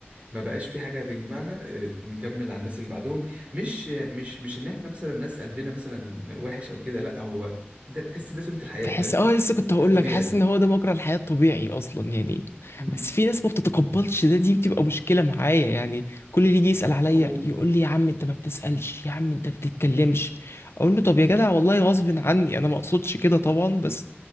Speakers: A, on the right; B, on the left.
A: ما بقاش في حاجة تجمعنا آه، نكمل على الناس اللي بعدهم مش مش مش ان احنا مثلا الناس قلبنا مثلا وحش او كده لا هو ده تحس ده سنة الحياة
B: بحس
A: فاهم
B: اه لسه كنت هقول
A: ده الطبيعي
B: لك حاسس ان هو ده مجرى الحياة الطبيعي اصلا يعني
A: امم
B: بس في ناس ما بتتقبلش ده دي بتبقى مشكلة معايا يعني كل اللي يجي يسأل عليا
A: هو
B: يقول لي يا عم انت ما بتسألش يا عم انت ما بتتكلمش اقول له طب يا جدع والله غصب عني انا ما اقصدش كده طبعا بس